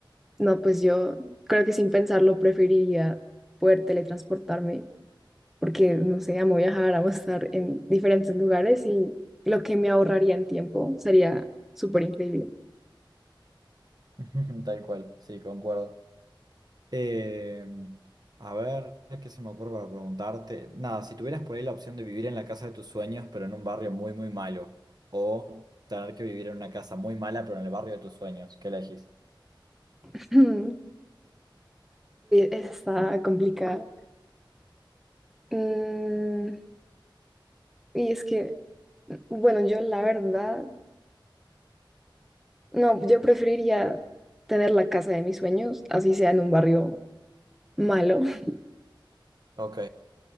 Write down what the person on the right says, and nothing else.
<laughs> Tal cual, sí, concuerdo. Eh, a ver, ¿qué se me ocurre para preguntarte? Nada, si tuvieras por ahí la opción de vivir en la casa de tus sueños, pero en un barrio muy, muy malo, o tener que vivir en una casa muy mala, pero en el barrio de tus sueños, ¿qué elegís?
Ok,